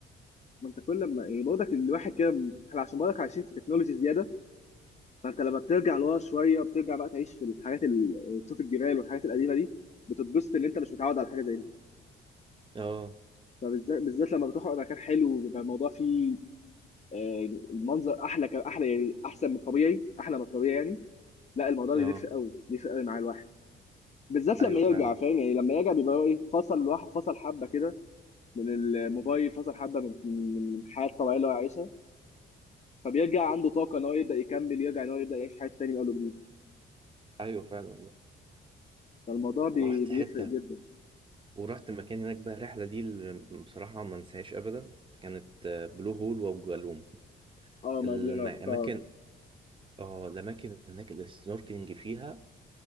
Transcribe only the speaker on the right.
اه
اه
ايوه
فعلا
ايوه فعلا والله
رحت
حته
ورحت المكان هناك بقى الرحلة دي اللي بصراحة ما انساهاش أبدا كانت آه، بلو هول وأبو جالوم
الأماكن
اه الأماكن هناك اللي السنوركلينج فيها